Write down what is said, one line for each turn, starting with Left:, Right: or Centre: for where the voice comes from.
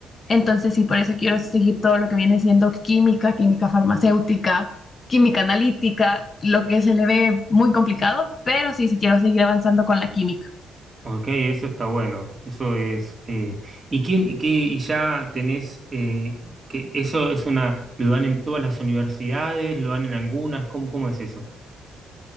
Left: Entonces, sí, por eso quiero seguir todo lo que viene siendo química, química farmacéutica, química analítica, lo que se le ve muy complicado, pero sí, sí quiero seguir avanzando con la química.
Right: Ok, eso está bueno. Eso es. eh, ¿y quién, y qué- y ya tenés eh, que eso es una, lo dan en todas las universidades, lo dan en algunas, ¿cómo, cómo es eso?